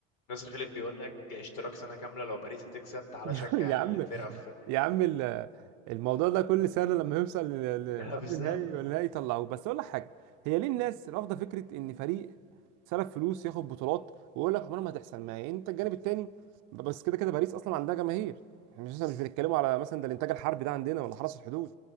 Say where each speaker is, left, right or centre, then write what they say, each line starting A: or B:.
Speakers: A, on the left; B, on the right.
A: ناصر خليف بيقول لك اشتراك سنة كاملة لو باريس هتكسب تعالى
B: يا
A: شجع
B: يا عم
A: الفرقة في
B: يا عم ال- الموضوع ده كل سنه لما يوصل ل-
A: <laughs>
B: ل- قبل
A: بالظبط
B: نهائي ولا نهائي يطلعوه بس اقول لك حاجه هي ليه الناس رافضه فكره ان فريق صرف فلوس ياخد بطولات ويقول لك عمرها ما هتحصل ما هي انت الجانب التاني ب- بس كده كده باريس اصلا عندها جماهير احنا مش احنا مش بنتكلموا على مثلا ده الانتاج الحربي ده عندنا ولا حرس الحدود